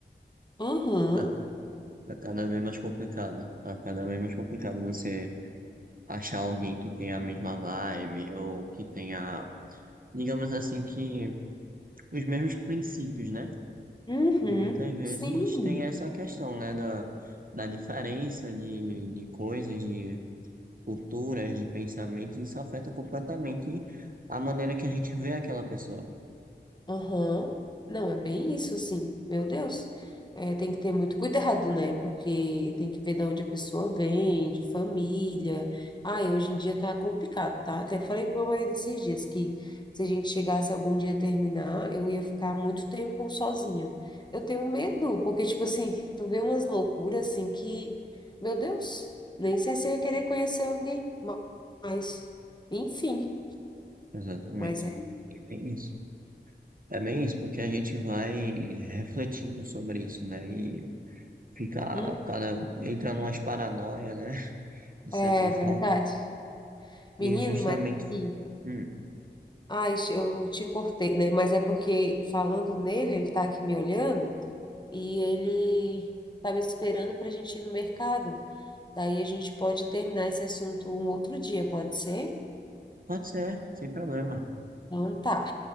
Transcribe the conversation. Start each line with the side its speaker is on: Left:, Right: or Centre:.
Left: Aham,
Right: <laughs> Está cada vez mais complicado. Está cada vez mais complicado você achar alguém que tenha a mesma vibe ou que tenha, digamos assim, que os mesmos princípios, né?
Left: uhum,
Right: E muitas vezes
Left: sim.
Right: tem essa questão, né, da, da diferença de, de coisas, de culturas, de pensamentos, isso afeta completamente a maneira que a gente vê aquela pessoa.
Left: Aham. Não, é bem isso, assim. Meu Deus. É, tem que ter muito cuidado, né? Porque tem que ver de onde a pessoa vem, de família. Ai, hoje em dia tá complicado, tá? Até falei pro meu marido esses dias que se a gente chegasse algum dia a terminar, eu ia ficar muito tempo sozinha. Eu tenho medo, porque, tipo assim, <laughs> tu vê umas loucuras assim que, meu Deus, nem sei se eu ia querer conhecer alguém mais. Enfim,
Right: Exatamente.
Left: mas é.
Right: É bem isso. É bem isso, porque a gente vai refletindo sobre isso, né? E fica
Left: Hum,
Right: cada, entra numas paranoia, né? <laughs> De
Left: é
Right: certa forma.
Left: verdade. Menino,
Right: E justamente,
Left: mas. Sim.
Right: hum,
Left: Ai, eu te cortei, né? Mas é porque falando nele, ele tá aqui me olhando e ele tá me esperando para a gente ir no mercado. Daí a gente pode terminar esse assunto um outro dia, pode ser?
Right: pode ser, sem problema.
Left: Então tá.